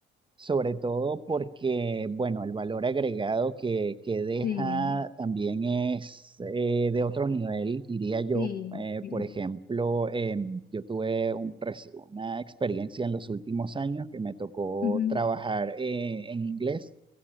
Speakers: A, on the right; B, on the left.
A: sobre todo porque, bueno, el valor agregado que, que deja
B: Sí,
A: también es eh, de otro nivel, diría yo.
B: sí,
A: Eh,
B: sí.
A: por ejemplo, eh, yo tuve un reci- una experiencia en los últimos años que me tocó
B: Ujú.
A: trabajar eh, en inglés.